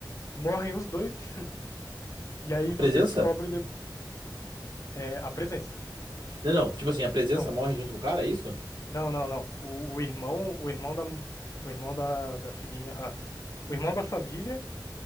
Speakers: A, on the left (about 45°); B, on the right (about 80°).
A: morrem os dois, <laughs> e aí você
B: Presença?
A: descobre de- é, a presença.
B: Não, não. Tipo assim, a presença
A: Não.
B: morre junto com o cara, é isso?
A: Não, não, não. O, o irmão, o irmão da, o irmão da, da filhinha, ah, o irmão da família